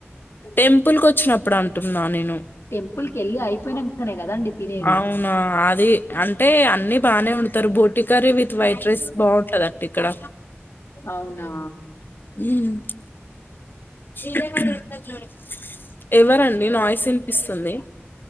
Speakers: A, on the left (about 50°); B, on the left (about 80°).
A: టెంపుల్కి వచ్చినప్పుడు అంటున్నా నేను
B: టెంపుల్ కి వెళ్ళి అయిపోయినాకనే కదండి తినేది
A: అవునా అది అంటే అన్ని బానే అండుతారు బోటి కర్రీ విత్ వైట్ రైస్ బాగుంటంది అండి ఇక్కడ
B: అవునా
A: ఉమ్ శ్రీ లేఖ కు నువ్వు గుర్తొచ్చినవని ఎవరండి నాయిస్ వినిపిస్తుంది